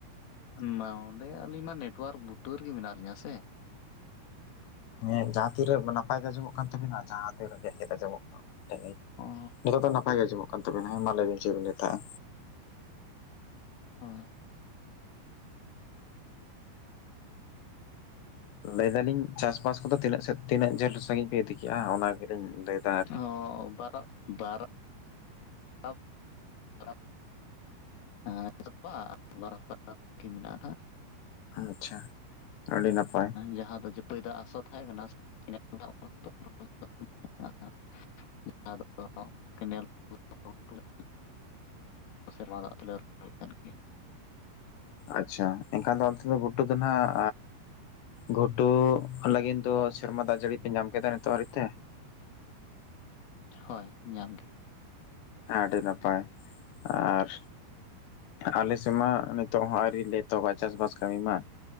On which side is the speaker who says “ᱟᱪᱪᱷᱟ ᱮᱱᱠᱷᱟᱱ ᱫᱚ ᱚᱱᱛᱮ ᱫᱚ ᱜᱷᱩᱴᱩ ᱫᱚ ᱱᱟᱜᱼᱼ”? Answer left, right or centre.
Left